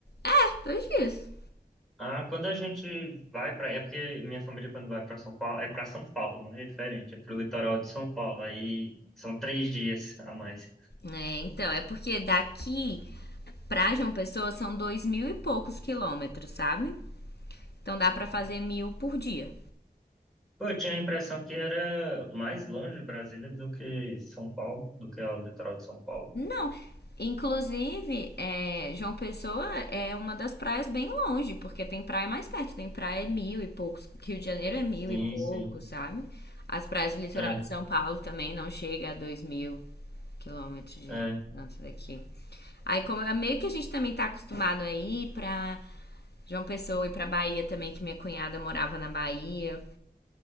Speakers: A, on the left (about 75°); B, in the centre.
A: é, dois dias.
B: Ah, quando a gente vai para, é porque minha família quando vai para São Paulo, é para São Paulo, né? É diferente, é pro litoral de São Paulo, aí são três dias a mais.
A: É, então, é porque daqui pra João Pessoa são dois mil e poucos quilômetros, sabe? Então dá
B: Hum.
A: pra fazer mil por dia.
B: Pô, Eu tinha a impressão que era mais longe Brasília do que São Paulo, do que o litoral de São Paulo.
A: Não. Inclusive, é, João Pessoa é uma das praias bem longe, porque tem praia mais perto, tem praia é mil e poucos, Rio de Janeiro é mil
B: Sim,
A: e poucos,
B: sim.
A: sabe? As praias do litoral
B: É,
A: de São Paulo também não chega a dois mil quilômetros de
B: é.
A: distância daqui. Aí, como é meio que a gente também tá acostumado a ir pra João Pessoa e pra Bahia também, que minha cunhada morava na Bahia.